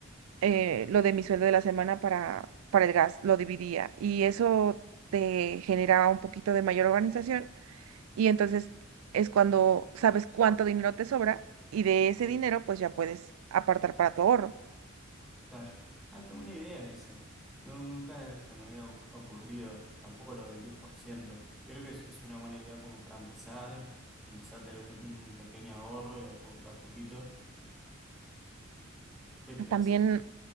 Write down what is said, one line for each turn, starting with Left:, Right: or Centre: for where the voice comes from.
Right: eh, lo de mi sueldo de la semana para, para el gas, lo dividía y eso te generaba un poquito de mayor organización y entonces es cuando sabes cuánto dinero te sobra y de ese dinero pues ya puedes apartar para tu ahorro.
Centre: Claro. Ah, qué buena idea esa. No, nunca se me había o- ocurrido, tampoco lo del 10%. Creo que es, es una buena idea como para empezar, y empezar a tener un, un pequeño ahorro y a, po- de a poquito. ¿Qué crees?
Right: También